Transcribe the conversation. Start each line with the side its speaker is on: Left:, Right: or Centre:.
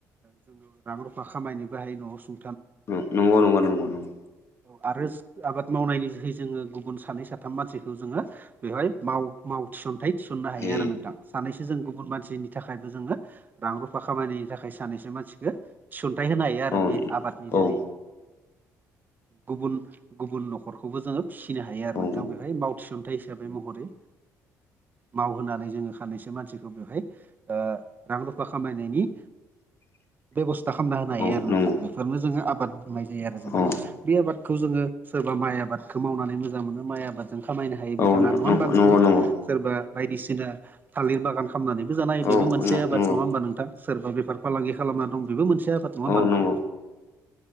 Right: जोङो रां रुफा खामायनोबो हायो न'आव सुं
Left: ओं नंगौ नंगौ नंगौ नंगौ
Right: औ आरो आबाद मावनायनि जोहै जोङो गुबुन सानै साथाम मानसिखौ जोङो बेवहाय माव माव थिसनथाइ थिसननो हायो
Left: ए
Right: आरो नोंथां सानैसो जों गुबुन मानसिनि थाखायबो जोङो रां रुफा खामायनायनि थाखाय सानैसो मानसिखो थिसनथाइ होनो हायो आरो
Left: औ
Right: बे आबादनि जोहै
Left: औ
Right: गुबुन गुबुन न'खरखौबो जोङो फिसिनो हायो आरो
Left: औ
Right: नोंथां बेहाय माव थिसन्थाइ हिसाबै महरै मावहोनानै जोङो खानैसो मानसिखौ बेवहाय ओ रां-रुफा खामायनायनि
Left: <inaudible>
Right: बेबस्था खामना होनो हायो
Left: औ
Right: आरो नोंथां
Left: नंगौ
Right: बेफोरनो जोङो आबाद बुंनाय जायो आरो जों
Left: औ
Right: बे आबादखौ जोङो सोर बा माइ आबादखौ मावनानै मोजां मोनो माइ आबादजों खामायनो हायो
Left: औ
Right: बिथाङा नङा होमबा नोंथां?
Left: नंगौ नंगौ
Right: सोरबा बायदिसिना थालिर बागान खामनानैबो जानाय
Left: औ
Right: बेबो मोनसे आबाद
Left: नंगौ
Right: नङा होमबा नोंथां? सोरबा बेफार फालांगि खालामना दं बेबो मोनसे आबाद नङा होमबा
Left: औ
Right: नोंथां?
Left: नंगौ